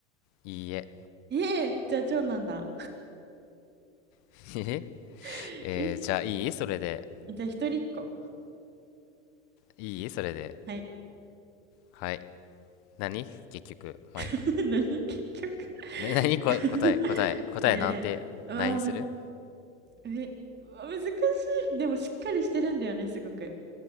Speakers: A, on the left; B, on the right.
A: いいえ。
B: ええー、じゃあ長男だ。
A: <laughs> え
B: <laughs>
A: えーじゃあいいそれで。
B: え、じゃあ一人っ子。
A: いいそれで。
B: はい。
A: はい。何結局、まあいいわ。
B: <laughs> 何結局
A: ね、<laughs> 何こ答え、
B: <laughs>
A: 答え、答えなんて、
B: えー、
A: 何にする
B: わあむず、え、うわ難しい。でもしっかりしてるんだよね、すごく。